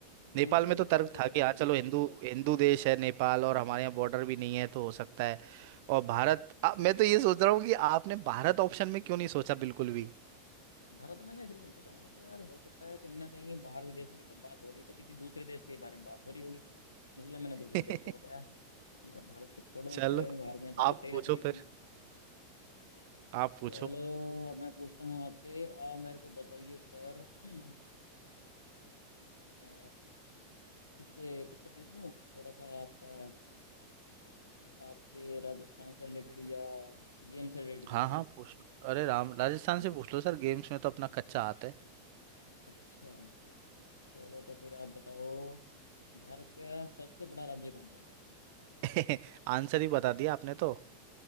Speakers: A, on the right; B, on the left.
A: नेपाल
B: नहीं श्रीलंका
A: में तो तर्क
B: भी तो
A: था
B: लगा
A: कि हाँ
B: हुआ
A: चलो
B: है
A: हिंदू हिंदू देश
B: हम्म,
A: है नेपाल और हमारे यहाँ बॉर्डर भी नहीं है तो हो सकता है और भारत आ, मैं तो ये सोच रहा हूँ कि आपने भारत ऑप्शन में क्यों नहीं सोचा बिल्कुल भी
B: भारत में मैंने इसलिए नहीं सोचा ना मगर यार हो सकता है कहीं ना कहीं बाहर विदेशों की जब बात हो रही है तो किसी दूसरे देश के बारे में बात हो रही होगी इसलिए मैंने दूसरे
A: <laughs>
B: देश का बताया मैं कहा, भारत को छोड़ो एक
A: चलो
B: साइड में भारत में तो
A: आप
B: होते ही
A: पूछो
B: रहते हैं ये
A: फिर
B: चीजें
A: आप पूछो
B: चलो अब मैं पूछता हूँ आपसे आप मेरे को बताइए सर <clears throat> अ, इससे इससे पूछ लूँ थोड़ा सा आपका आपके राजस्थान से रिलेटेड या गेम से रिलेटेड
A: हाँ
B: पूछ लो
A: हाँ
B: कुछ
A: पूछ लो अरे राम राजस्थान से पूछ लो सर गेम्स में तो अपना कच्चा हाथ है
B: अच्छा चलो तो फिर आप बताओ भारत का सबसे बड़ा राज्य कौन सा है
A: <laughs> आंसर ही बता दिया आपने तो